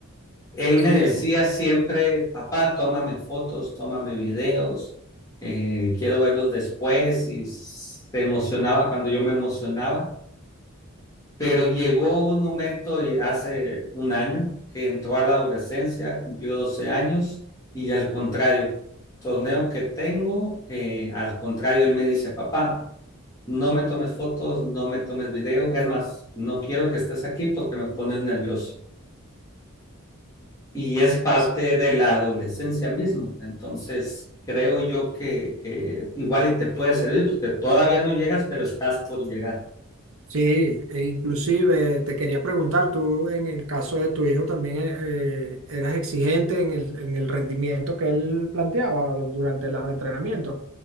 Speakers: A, on the left; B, on the right.
A: Él
B: Sí,
A: me decía
B: es-
A: siempre, papá, tómame fotos, tómame videos, eh, quiero verlos después y se emocionaba cuando yo me emocionaba, pero llegó un momento y hace un año que entró a la adolescencia, cumplió 12 años y al contrario, torneo que tengo, eh, al contrario, él me dice, papá, no me tomes fotos, no me tomes video. Es más, no quiero que estés aquí porque me pones nervioso. Y es parte
B: es-
A: de la adolescencia mismo. Entonces, creo yo que, que igual y te puede servir porque todavía no llegas, pero estás por llegar.
B: sí, e inclusive te quería preguntar, tú en el caso de tu hijo también eh, eh, eras exigente en el, en el rendimiento que él planteaba du- durante los entrenamientos,